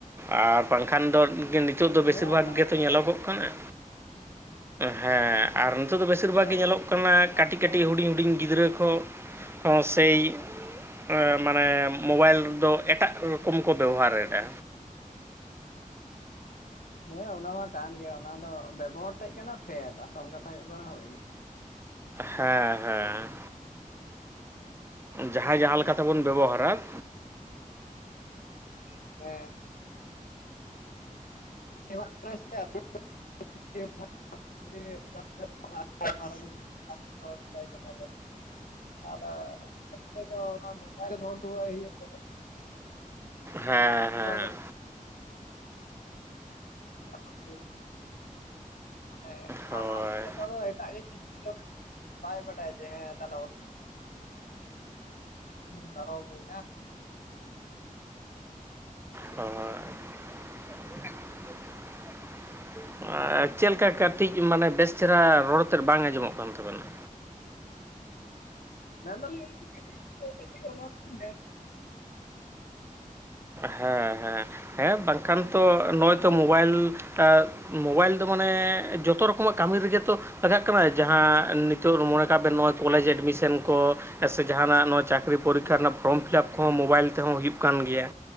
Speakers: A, on the right (about 15°); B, on the left (about 80°).
A: ᱟᱨ ᱵᱟᱝᱠᱷᱟᱱ ᱫᱚ ᱱᱤᱛᱚᱜ ᱫᱚ ᱵᱮᱥᱤᱨ
B: ᱦᱮᱸ
A: ᱵᱷᱟᱜᱽ
B: ᱚᱱᱟ
A: ᱜᱮᱛᱚ
B: ᱚᱱᱟ
A: ᱧᱮᱞᱚᱜᱚᱜ ᱠᱟᱱᱟ। ᱦᱮᱸ, ᱟᱨ ᱱᱤᱛᱚᱜ ᱫᱚ ᱵᱮᱥᱤᱨ
B: ᱦᱮᱸ
A: ᱵᱷᱟᱜᱽ ᱜᱮ
B: ᱚᱱᱟ
A: ᱧᱮᱞᱚᱜ ᱠᱟᱱᱟ
B: ᱚᱱᱟ
A: ᱠᱟᱹᱴᱤᱡ ᱼᱼ ᱠᱟᱹᱴᱤᱡ ᱦᱩᱰᱤᱧ ᱜᱤᱫᱽᱨᱟᱹ ᱠᱚ ᱦᱚᱸ ᱥᱮ ᱼᱼ ᱚ ᱢᱟᱱᱮ ᱢᱳᱵᱟᱭᱤᱞ ᱫᱚ ᱮᱴᱟᱜ ᱨᱚᱠᱚᱢ ᱠᱚ ᱵᱮᱵᱚᱦᱟᱨᱮᱫᱟ।
B: ᱦᱮᱸ ᱚᱱᱟ ᱢᱟ ᱠᱟᱱ ᱜᱮᱭᱟ। ᱚᱱᱟ ᱫᱚ ᱵᱮᱵᱚᱦᱟᱨ ᱴᱷᱮᱡ ᱠᱟᱱᱟ ᱯᱷᱮᱰ। ᱟᱥᱚᱞ ᱠᱟᱛᱷᱟ ᱦᱩᱭᱩᱜ ᱠᱟᱱᱟ ᱦᱩᱭ ᱼᱼ
A: ᱦᱮᱸ ᱦᱮᱸ। ᱡᱟᱦᱟᱸᱭ ᱡᱟᱦᱟᱸ ᱛᱮᱵᱚᱱ ᱵᱮᱵᱚᱦᱟᱨᱟ,
B: ᱦᱮᱸ। <inaudible> <inaudible> ᱛᱟᱦᱟᱞᱮ ᱟᱢ ᱛᱮ ᱫᱚ ᱚᱱᱟ ᱢᱳᱵᱟᱭᱤᱞ ᱫᱚᱦᱚ ᱦᱚᱴᱚᱣᱟᱭ ᱦᱩᱭᱩᱜ ᱛᱟᱢᱟ। <inaudible>
A: ᱦᱮᱸ ᱦᱮᱸ।
B: ᱱᱚᱣᱟ ᱜᱮ <inaudible> ᱢᱟᱱᱮ ᱚᱱᱟ
A: ᱦᱳᱭ
B: ᱵᱟᱫ ᱠᱟᱛᱮ ᱫᱚ ᱮᱴᱟᱜ ᱜᱮ ᱼᱼ ᱵᱟᱭ ᱵᱟᱰᱟᱭᱟ ᱡᱮ, ᱦᱮᱸ ᱛᱟᱦᱟᱞᱮ <inaudible> ᱯᱟᱨᱚᱢ <inaudible>
A: ᱦᱳᱭ। ᱟᱨ ᱪᱮᱫ ᱞᱮᱠᱟ ᱠᱟᱹᱴᱤᱡ ᱢᱟᱱᱮ ᱵᱮᱥ ᱪᱮᱦᱨᱟ ᱨᱚᱲ ᱛᱮᱫ ᱵᱟᱝ ᱟᱸᱡᱚᱢᱚᱜ ᱠᱟᱱ ᱛᱟᱵᱮᱱᱟ।
B: ᱢᱮᱱᱫᱟᱞᱤᱧ ᱠᱟᱹᱴᱤᱡ <inaudible>
A: ᱦᱮᱸ ᱦᱮᱸ ᱦᱮᱸ ᱵᱟᱝᱠᱷᱟᱱ ᱛᱚ ᱱᱚᱜᱼᱚᱭ ᱛᱚ
B: ᱢᱮᱱ
A: ᱢᱳᱵᱟᱭᱤᱞ ᱼᱼ ᱢᱳᱚᱵᱟᱭᱤᱞ ᱫᱚ ᱢᱟᱱᱮ, ᱡᱚᱛᱚ ᱨᱚᱠᱚᱢᱟᱜ ᱠᱟᱹᱢᱤ ᱨᱮᱜᱮ ᱛᱚ ᱼᱼ ᱟᱡᱟᱜ ᱠᱟᱱᱟ ᱡᱟᱦᱟᱸ ᱱᱤᱛᱚᱜ ᱢᱚᱱᱮ ᱠᱟᱜ ᱵᱮᱱ ᱱᱚᱜᱼᱚᱭ ᱠᱚᱞᱮᱡᱽ ᱮᱰᱢᱤᱥᱮᱱ ᱠᱚ, ᱥᱮ ᱡᱟᱦᱟᱱᱟᱜ ᱱᱚᱣᱟᱜ ᱪᱟ ᱼᱼ ᱪᱟᱹᱠᱨᱤ ᱯᱚᱨᱤᱠᱷᱟ
B: ᱦᱮᱸ
A: ᱨᱮᱱᱟᱜ ᱯᱷᱨᱚᱢ ᱯᱷᱤᱞᱟᱯ ᱠᱚ ᱢᱳᱵᱟᱭᱤᱞ ᱛᱮᱦᱚᱸ ᱦᱩᱭᱩᱜ ᱠᱟᱱ ᱜᱮᱭᱟ᱾